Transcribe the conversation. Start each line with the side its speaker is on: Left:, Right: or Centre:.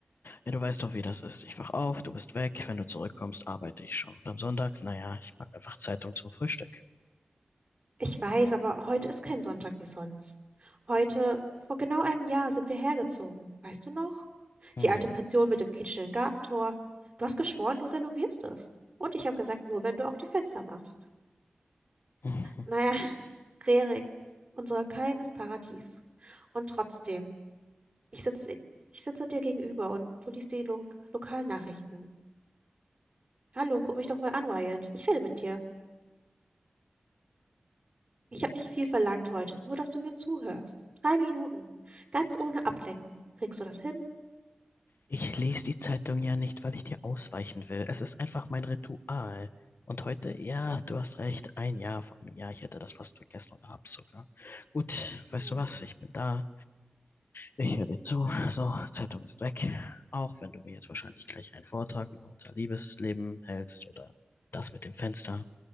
Left: Ja, du weißt doch, wie das ist. Ich wach auf, du bist weg. Wenn du zurückkommst, arbeite ich schon. Und am Sonntag, naja, ich mag einfach Zeitung zum Frühstück.
Right: Ich weiß, aber heute ist kein Sonntag wie sonst. Heute, vor genau einem Jahr, sind wir hergezogen. Weißt du noch?
Left: Hm.
Right: Die alte Pension mit dem quietschenden Gartentor. Du hast geschworen, du renovierst es. Und ich habe gesagt, nur wenn du auch die Fenster machst.
Left: <laughs>
Right: Naja, <laughs> Rerik, unser kleines Paradies. Und trotzdem, ich sitze, ich sitze dir gegenüber und du liest die Lo Lokalnachrichten. Hallo, guck mich doch mal an, Wyatt. Ich rede mit dir. Ich habe nicht viel verlangt heute, nur dass du mir zuhörst. Drei Minuten, ganz ohne Ablenkung. Kriegst du das hin?
Left: Ich lese die Zeitung ja nicht, weil ich dir ausweichen will. Es ist einfach mein Ritual. Und heute, ja, du hast recht, ein Jahr vor einem Jahr, ich hätte das fast vergessen oder hab's sogar. Gut, weißt
Right: Hm.
Left: du was, ich bin da. Ich höre dir zu. So, Zeitung ist weg. Auch wenn du mir jetzt wahrscheinlich gleich einen Vortrag über unser Liebesleben hältst oder das mit dem Fenster.